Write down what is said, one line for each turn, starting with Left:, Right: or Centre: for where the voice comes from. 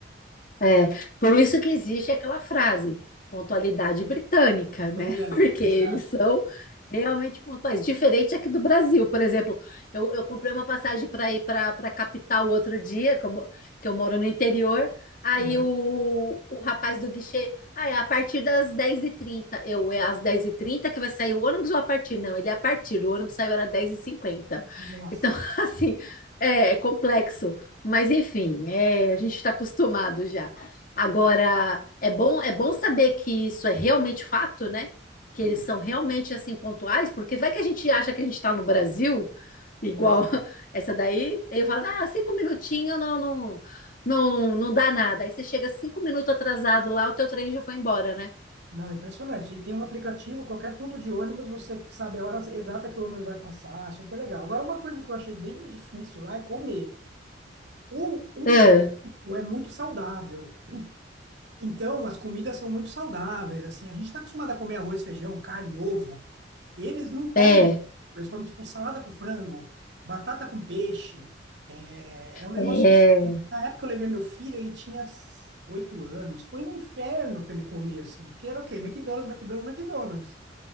Left: É, por isso que existe aquela frase, pontualidade britânica,
Right: Pois
Left: né? <laughs>
Right: é,
Left: Porque
Right: exato.
Left: eles são realmente pontuais. Diferente aqui do Brasil, por exemplo, eu, eu comprei uma passagem para ir para a capital outro dia, que eu, mo- que eu moro no interior. Aí
Right: Aham.
Left: o, o rapaz do guichê, ah, é a partir das dez e trinta Eu, é às dez e trinta que vai sair o ônibus ou a partir? Não, ele é a partir, o ônibus saiu era dez e cinquenta
Right: Nossa,
Left: Então, <laughs> assim, é é complexo. Mas enfim, é, a gente está acostumado já. Agora, é bom, é bom saber que isso é realmente fato, né?
Right: sim,
Left: Que eles são realmente assim pontuais, porque vai que a gente acha que a gente está no Brasil, igual
Right: pois
Left: <laughs>
Right: é.
Left: essa daí, aí eu falo, ah, cinco minutinhos não, não, não, não dá nada. Aí você chega cinco minutos atrasado lá, o teu trem já foi embora, né?
Right: Não, é impressionante. E tem um aplicativo, qualquer ponto de ônibus, você sabe a hora exata que o ônibus vai passar, super legal. Agora, uma coisa que eu achei bem difícil lá é comer. O, o
Left: É,
Right: britânico é muito saudável. Então, as comidas são muito saudáveis, assim. A gente está acostumado a comer arroz, feijão, carne, ovo. Eles não comem
Left: é,
Right: esse tipo, eles comem tipo salada com frango, batata com peixe. É, é um negócio
Left: é.
Right: estranho. Na época que eu levei meu filho, ele tinha s- oito anos. Foi um inferno para ele comer assim, porque era o quê? McDonald's, McDonald's, McDonald's.